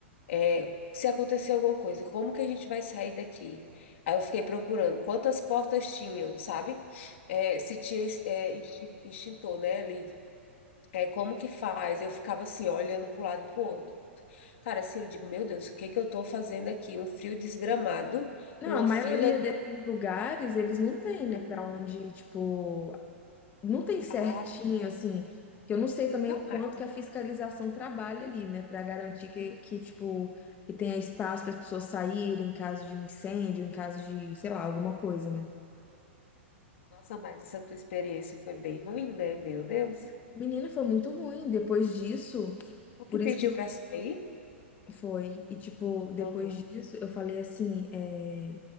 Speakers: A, on the left (about 65°); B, on the left (about 25°).
A: é, se acontecer alguma coisa, como que a gente vai sair daqui? Aí eu fiquei procurando quantas portas tinham, sabe? É, se tinha é, extin- extintor, né, ali. É, como que faz? Eu ficava assim, olhando para um lado para o outro. Cara, assim, eu digo, meu Deus, o que que eu tô fazendo aqui? Um frio desgramado,
B: Não,
A: uma
B: a maioria
A: fila.
B: desses lugares, eles não tem, né,
A: Uhum.
B: Pra onde, tipo, não tem certinho,
A: Ah,
B: assim, que eu não sei também
A: nunca
B: o
A: mais.
B: quanto que a fiscalização trabalha ali, né, Pra garantir que,
A: Hum.
B: que, tipo, que tenha espaço para as pessoas saírem em caso de incêndio, em caso de, sei lá, alguma coisa, né.
A: Nossa, mas essa tua experiência foi bem ruim, né? Meu Deus.
B: Menina, foi muito ruim depois disso,
A: O que
B: por
A: pediu
B: isso que
A: para sair?
B: foi. E, tipo, depois
A: Uhum.
B: disso, eu falei assim, é,